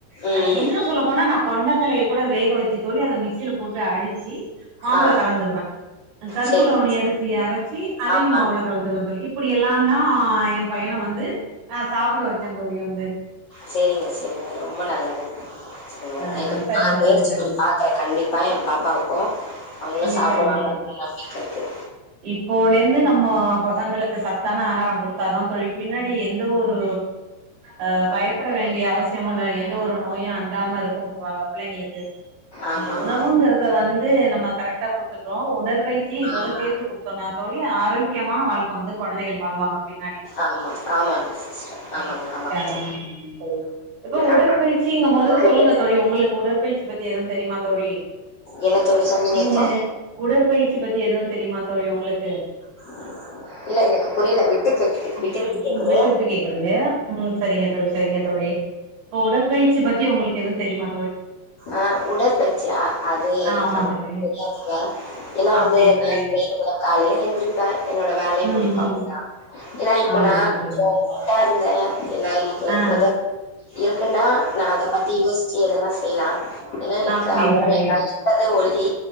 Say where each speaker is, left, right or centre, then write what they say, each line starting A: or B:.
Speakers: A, on the left; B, on the right.
A: ம்,
B: அ இன்னு
A: ம்.
B: சொல்லப்போனா நா கொண்டக்கலைய கூட வேக வெச்சுட் டு அத மிக்சில போட்டு அடிச்சி மாவுல
A: ஆ
B: கலந்துடுவே அ கருப்பு
A: சரிங்க.
B: கவுனி அரிசி அரச்சி அதயு
A: ஆமா.
B: மாவுல கலந்துருவந்தல் இப்புடி எல்லா அ எ பையன வந்து அ சாப்பிட வச்சந்தோழி வந்து
A: செரிங்க செரிங்க ரொம்ப நல்லது செரி
B: ஆ
A: இது
B: சரிங்க
A: நா முயற்சி
B: தோழி சரிங்க
A: பண்ணி பாக்குறே கண்டிப்பா எ பாப்பாவுக்கு அவுங்களு
B: ம்
A: சாப்டுவாங்கன்
B: சரிங்க தோழி
A: ரொம்ப வீக்காருக்கு
B: இப்போலேந்து நம்ம பசங்களுக்கு சத்தான ஆகாரோ குடுத்தாதா தோழி பின்னாடி எந்த ஒரு அ பயப்பட வேண்டிய அவசியமு இல்ல எந்த ஒரு நோயு அண்டாம இருக்கு ப பிள்ளைங்கிளுக்கு
A: ஆமாமா.
B: இந்த உணவுங்கறத வந் து நம்ம கரெக்டா குட்த்துட்டோ உடற்பயிற்சி இதோட
A: ஆமா,
B: சேத்து குத்தோனா தோழி ஆரோக்யமான வாழ்க்க வந்து கொழந்தைகள் வாழுவாங்க பின்னாடி
A: ஆமா. ஆமாங்க சிஸ்டர். ஆமாங்க,
B: நோய்கள்
A: ஆமாங்க
B: தாங்குவாங்க
A: தோழி.
B: தோழி இப்போ உடற்பயிற்சிங்கமோது
A: அப்புறம் அடுத்த
B: சொல்லுங்க தோழி உங்களுக்கு உடற்பயிற்சி பத்தி எதுவுந் தெரியுமா தோழி
A: என்ன தோழி சொன்னீங்க
B: நீங்க
A: இப்போ?
B: உடற்பயிற்சி பத்தி எதுவு தெரியுமா தோழி உங்ளுக்கு
A: <inaudible> புரியல. விட்டு கேட்குது
B: ம்
A: விட்டு கேட்குது.
B: விட்டு விட்டு கேக்குது ம் சரிங்க தோழி சரிங்க தோழி இப்ப உடற்பயிற்சி பத்தி உங்குளுக்கு எதுவு தெரிமா
A: அ உடற்பயிற்சியா அது எனக்கு
B: ஆ ஆமா
A: அவ்
B: தோழி
A: தெரியாதுங்க ஏனா
B: அப்படியா
A: வந்து
B: தோழி
A: நா <unintelligible> செய்றது இல்ல காலைல எந்திரிப்பே என்னோட வே வேலை
B: ம்
A: முடிப்ப
B: ம்
A: அவ்ளோ தா ஏனா இப்போ
B: அவ்ளோதானா
A: நா கொஞ்சோ
B: தோழி
A: குண்டாருந்தே <unintelligible>
B: ஆ
A: எதோ இருக்குன்னா நா அத பத்தி யோசிச்சு எதென்னா செய்லா ஏனா எனக்கு
B: ஆ அப்படியா
A: <unintelligible> நா
B: தோழி
A: இருக்றதே ஒல்லி